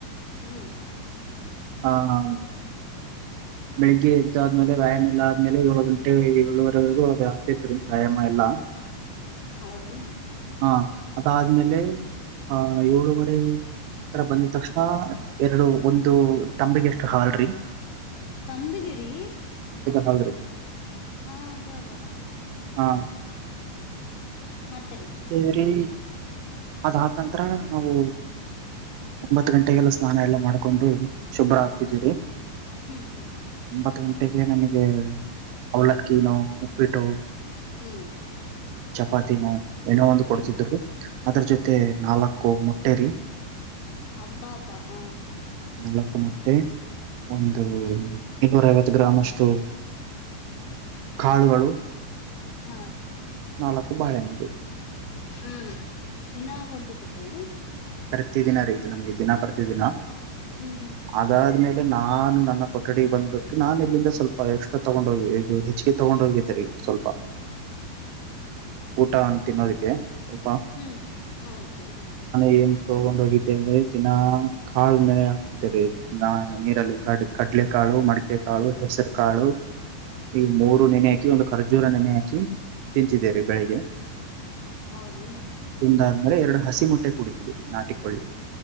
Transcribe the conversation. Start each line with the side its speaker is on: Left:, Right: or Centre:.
Left: ಹ್ಮ್
Right: ಹಾ ಹಾ ಬೆಳಿಗ್ಗೆ ಎದ್ದಾದ್ಮೇಲೆ ವ್ಯಾಯಾಮ ಏಲ್ಲ ಆದ್ಮೇಲೆ ಏಳು ಗಂಟೆ ಏಳುವರೆವರೆಗೂ ಅದ ಆಗ್ತಿತ್ ರೀ ವ್ಯಾಯಾಮ ಎಲ್ಲ
Left: ಹೌದ್ರಿ
Right: ಹ ಅದಾದ್ಮೇಲೆ ಆ ಏಳ ಆತ್ರರ ಬಂದಿದ ತಕ್ಷಣ ಎರಡು ಒಂದು ತಂಬಿಗೆ ಅಷ್ಟು ಹಾಲ್್ರರಿ
Left: ತಂಬಗಿರಿ
Right: ಹಲ್್ರರಿ
Left: ಹಾ ಅ ಬಾ ಬಾ
Right: ಹಾ
Left: ಮತ್ತರಿ
Right: ಸರಿ ಅದಾದ ನಂತರ ನಾವು ಒಂಬತ್ತು ಗಂಟೆಗೆಲ್ಲ ಸ್ನಾನ ಎಲ್ಲ ಮಾಡ್ಕೊಂಡು ಶುಭ್ರ ಆಗ್ತಿದ್ದೀರಿ
Left: ಹ್ಮ್ ಹ್ಮ್ ಹ್ಮ್
Right: ಒಂಬತ್ತು ಗಂಟೆ ಜಟ್ಟಗೆ ನಮಗೆ ಅವಳಕ್ಕಿನೋ ಉಪ್ಪಿಟ್ಟು
Left: ಹ್ಮ್
Right: ಚಪಾತಿನೋ ಏನೋ ಒಂದು ಕೊಡ್ತಿದ್ರು
Left: ಹ್ಮ್
Right: ಅದ್ರ ಜೊತೆ ನಾಲ್ಕು ಮೊಟ್ಟೆರಿ
Left: ಅಬ್ಬಾ ಅಬ್ಬಾ ಹ
Right: ನಾಲ್ಕು ಮಟ್ಟೆ ಒಂದು ಇನೂರ ಐವತ್ತು ಗ್ರಾಮ್ ಅಷ್ಟು ಕಾಳುಗಳು
Left: ಹಾ ರೀ
Right: ನಾಲ್ಕು ಬಾಳೆೆಯನ್ನಿದೆ
Left: ಹ್ಮ ದಿನಾ ಕೊಡ್ತಿದ್ರಿ
Right: ಪ್ರತಿ ದಿನ ರೀತು ನಮ್ಗೆ ದಿನ ಪ್ರತಿಿದಿನ
Left: ಹ್ಮ್ ಹ್ಮ್
Right: ಅದಾದ್ಮೇಲೆ ಇ ನಾನು ನನ್ನ ಕೊಠಡಿಗೆ ಬಂದ್ಬಿಟ್ಟು ನಾನ್ ಇಲ್ಲಿಂದ ಸ್ವಲ್ಪ ಎಕ್ಸ್ಟ್ರಾ ತಗೊಂಡ್ ಹೋಗಿ ಇದು ಹೆಚ್ಚಿಗೆ ತಗೊಂಡ ಹೋಗಿದ್ದರಿ ಸ್ವಲ್ಪ ಊಟ ಅಂತ ತಿನ್ನೋದಕ್ಕೆ ಸ್ವಲ್ಪ
Left: ಹ್ಮ್ ಹೌದ್ರಿ
Right: ನ್ ತಗೊಂಡ್ ಹೋಗಿದ್ದೆ ಅಂದ್ರೆ ದಿನ ಕಾಳ ನ ಹಾಕ್ತಿದ್ದಾರೆ ನೀರಲ್ಲಿ ಕ ಕ ಕಲೆಕಾಳು ಮಡಿಕೆ ಕಾಳು ಹೆಸರು ಕಾಳು ಈಗ ಮೂರು ನೆನೆ ಹಾಕಿ ಒಂದು ಖರ್ಜೂರ ನೆನೆ ಹಾಕಿ ತಿಂತಿದ್ದೇರಿ ಬೆಳಿಗ್ಗೆ
Left: ಹೌದೇನ್ರಿ
Right: ತಿಂದಾದ್ಮೇಲೆ ಎರಡು ಹಸ ಿ ಮೊಟ್ಟೆ ಕುಡಿತಿದೀ ನಾಟಿಕೊಳ್ಳಿ